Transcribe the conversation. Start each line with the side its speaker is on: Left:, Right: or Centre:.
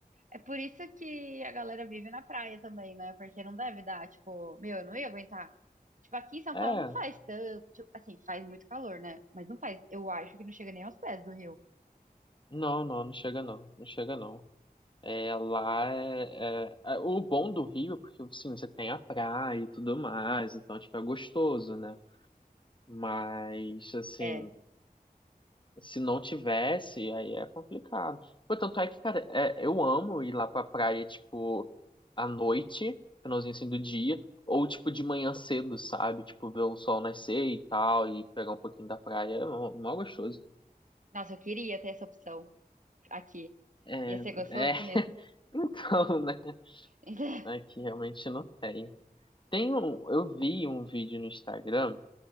Right: é por isso que a galera vive na praia também, né? Porque não deve dar, tipo, meu, eu não ia aguentar. Tipo, aqui em São
Left: É,
Right: Paulo não faz tanto, tipo, assim, faz muito calor, né? Mas não faz, eu acho que não chega nem aos pés do rio.
Left: não, não, não chega não, não chega não. É, lá é, é- é- O bom do Rio é porque, assim, você tem a praia e tudo mais, então, tipo, é gostoso, né? Mas, assim...
Right: É,
Left: Se não tivesse, aí é complicado. Pô, tanto é que, cara, é, eu amo ir lá pra praia, tipo, à noite, finalzinho assim do dia, ou tipo de manhã cedo, sabe? Tipo, ver o sol nascer e tal, e pegar um pouquinho da praia. É mó mó gostoso.
Right: nossa, eu queria ter essa opção aqui.
Left: É,
Right: Ia ser gostoso
Left: é,
Right: mesmo.
Left: <laughs> então, né?
Right: <laughs>
Left: É que realmente não tem. Tem um, eu vi um vídeo no Instagram